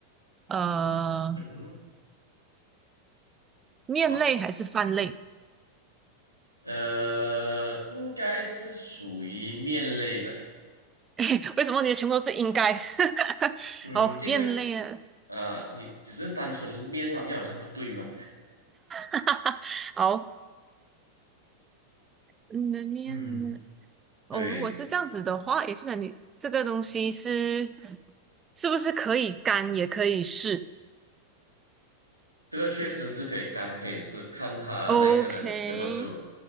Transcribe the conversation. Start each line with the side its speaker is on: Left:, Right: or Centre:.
Right: 呃
Left: 嗯哼，
Right: 面类还是饭类？
Left: 什么？呃，应该是属于面类的。
Right: <laughs> 为什么你的全部都是应该？<laughs>
Left: 嗯，
Right: 好，
Left: 因为
Right: 面类啊。
Left: 呃，你只是单纯面好像好像不对嘛。
Right: <laughs> 好，你的面，
Left: 嗯，
Right: 呢？
Left: 对，
Right: 哦，如果是这样子的话，也就是你这个东西是是不是可以干也可以湿
Left: 这个确实是可以干，可以试，看他那个人怎么做。
Right: ？OK，